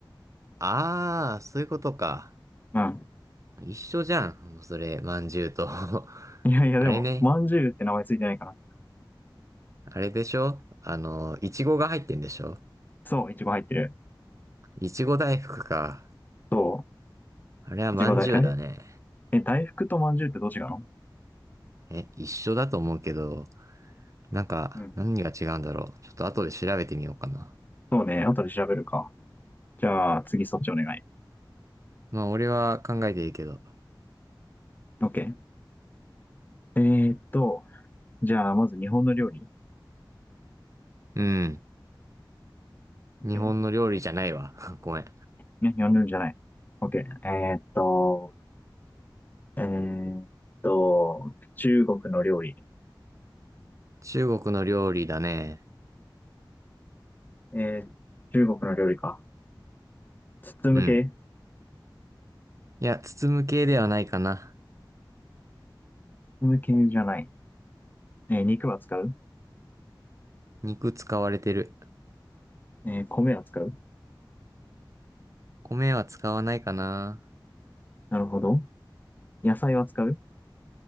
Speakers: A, on the right; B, on the left.
A: あー、そういうことか。
B: うん。
A: 一緒じゃん、それ、まんじゅうと。<laughs> あ
B: いやいや、でも、
A: れね。
B: まんじゅうって名前ついてないから。
A: あれでしょあの、いちごが入ってんでしょ
B: そう、いちご入ってる。
A: いちご大福か。
B: そ
A: あれはまんじゅうだね。
B: う、いちご大、あれえ、大福とまんじゅうってどっちがの
A: え、一緒だと思うけど、なんか、
B: うん。
A: 何が違うんだろう。ちょっと後で調べてみようかな。
B: そうね、後で調べるか。じゃあ、次そっちお願い。
A: まあ、俺は考えていいけど。
B: OK。えーっと、じゃあ、まず日本の料理。
A: うん。
B: OK。
A: 日本の料理じゃないわ。<laughs> ごめん。
B: いや、日本の料理じゃない。OK。えーっと、えーっと、中国の料理。
A: 中国の料理だね。
B: えー、中国の料理か。包む系
A: うん。いや、包む系ではないかな。
B: 包む系じゃない。えー、肉は使う
A: 肉使われてる。
B: えー、米は使う
A: 米は使わないかな。
B: なるほど。野菜は使う